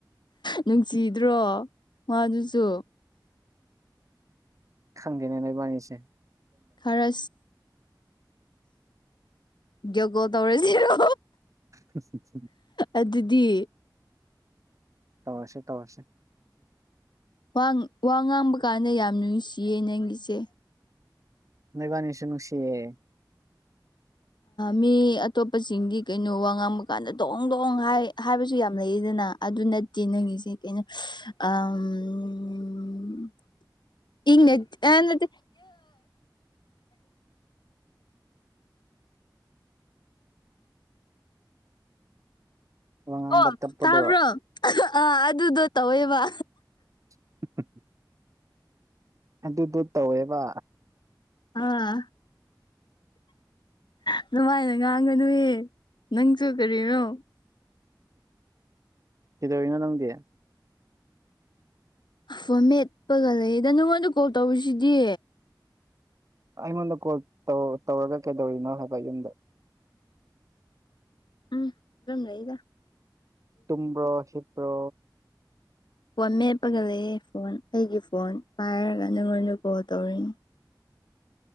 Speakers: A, on the left; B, on the right.
A: ꯅꯨꯡꯁꯤꯗ꯭ꯔꯣ ꯉꯗꯨꯁꯨ
B: ꯈꯪꯗꯦꯕꯅꯤꯁꯦ
A: ꯈꯔ ꯌꯣꯒꯣ ꯇꯧꯔꯁꯤꯔꯣ
B: ꯑ
A: ꯑꯗꯨꯗꯤ
B: ꯇꯧꯣꯁꯦ ꯇꯧꯣꯁꯦ
A: ꯋꯥ ꯋꯥ ꯉꯥꯡꯕ ꯀꯥꯟꯗ ꯌꯥꯝ ꯅꯨꯡꯁꯤꯌꯦ ꯅꯪꯒꯤꯁꯦ
B: ꯅꯣꯏꯕꯅꯤꯁꯨꯅꯅꯨꯡꯁꯤꯌꯦꯦ
A: ꯃꯤ ꯑꯇꯣꯞꯄꯁꯤꯡꯗꯤ ꯀꯩꯅꯣ ꯋꯥ ꯉꯥꯡꯕ ꯀꯥꯟꯗ ꯗꯣꯡ ꯗꯣꯡ ꯍꯥꯏꯕꯁꯨ ꯌꯥꯝ ꯂꯩꯌꯦꯗꯅ ꯑꯗꯨ ꯅꯠꯇꯦ ꯅꯪꯉꯤꯁꯦ ꯀꯩꯅꯣ ꯎ ꯏ ꯅ ꯑꯠꯇ
B: ꯋꯥ ꯉꯥꯡꯕ
A: ꯑꯣ
B: ꯇꯞꯄꯗꯣ
A: ꯇꯥꯕ꯭ꯔꯣ ꯑ ꯑꯗꯨꯗꯣ ꯇꯧꯋꯦꯕ
B: ꯎ ꯑꯗꯨꯗꯣ ꯇꯧꯋꯦꯕ
A: ꯑꯥ ꯑꯗꯨꯃꯥꯏꯅ ꯉꯥꯡꯒꯅꯨꯑ ꯅꯪꯁꯨ ꯀꯔꯤꯅꯣ
B: ꯀꯗꯣꯔꯤꯅꯣ ꯅꯪꯗꯤ
A: ꯑꯐ ꯃꯦꯠꯄꯒ ꯂꯩꯌꯦꯗ ꯅꯉꯣꯟꯗ ꯀꯣꯜ ꯇꯧꯔꯤꯁꯤꯗꯤ
B: ꯑꯩꯉꯣꯟꯗ ꯀꯣꯜ ꯇꯧꯔꯒ ꯀꯩꯗꯧꯔꯤꯅꯣ ꯍꯥꯏꯕ ꯌꯨꯝꯗ
A: ꯎꯝ ꯏꯝꯃꯦ ꯏꯗ
B: ꯇꯨꯝꯨꯝ꯭ꯔꯣ ꯁꯤꯕ꯭ꯔꯣ
A: ꯐꯣꯟ ꯃꯦꯞꯄꯒ ꯂꯩꯌꯦ ꯐꯣꯟ ꯑꯩꯒꯤ ꯐꯣꯟ ꯄꯥꯏꯔꯒ ꯅꯉꯣꯟꯗ ꯀꯣꯜ ꯇꯧꯔꯤꯅꯤ